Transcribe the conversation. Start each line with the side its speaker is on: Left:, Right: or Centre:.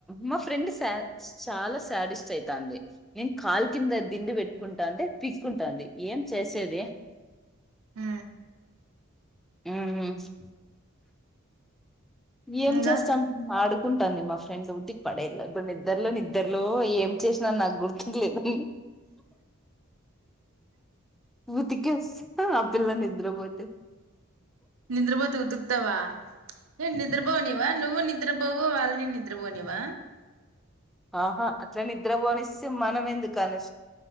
Centre: మా ఫ్రెండ్ సాయి చాలా శాడిస్ట్ అయితుంది నం కాల్ కింద దిండి పెట్టుకుంటా ఉంటే పీక్కుంటాంది ఏం చేసేది
Right: మ్
Centre: ఊహు ఏం
Right: ఇంగా
Centre: చేస్తాం ఆడుకు కుంటాంది మా ఫ్రెండ్ ఉతికి పడఏళ్ళ నిద్దరులో నిద్దరులో ఏం చేసినా నాకు గుర్తుకులేదు ఊతికేస్తే ఆ పిల్ల నిద్ర పోతే
Right: నిద్రపోతే ఉతుకుతావా న నిద్రపోనివా నువ్వు నిద్రపోవు వాళ్ళని నిద్రపోనివా
Centre: ఆహా అట్లా నిద్ర పోనిస్తే మనం ఎందుకు కాని